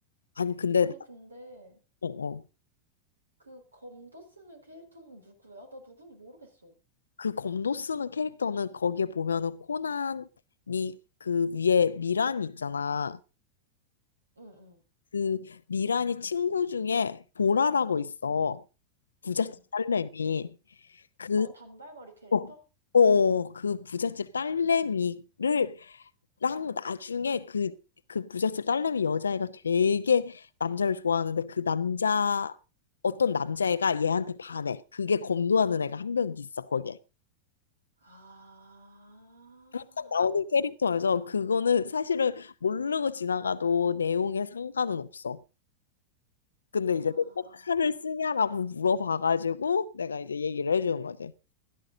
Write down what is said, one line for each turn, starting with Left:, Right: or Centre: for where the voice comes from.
Left: 아니, 근데,
Right: 아니,
Left: 나-
Right: 근데,
Left: 어, 어.
Right: 그 검도 쓰는 캐릭터는 누구야? 나 누군지 모르겠어.
Left: 그 검도 쓰는 캐릭터는 거기에 보면은 코난이 그 위에 미란이 있잖아.
Right: 응,
Left: 그 미란이 친구 중에 보라라고 있어. 부잣집
Right: 응, 응.
Left: 딸내미. 그
Right: 어, 단발머리 캐릭터?
Left: 어, 어, 그 부잣집 딸내미를 랑 나중에 그, 그 부잣집 딸내미 여자애가 되게 남자를 좋아하는데 그 남자 어떤 남자애가 얘한테 반해. 그게 검도하는 애가 한 명 있어 거기에.
Right: 아,
Left: 딱 나오는 캐릭터여서 그거는 사실은 모르고 지나가도 내용에 상관은 없어. 근데
Right: 아,
Left: 이제 내가 칼을 쓰냐라고 물어봐가지고 내가 이제 얘기를 해주는 거지.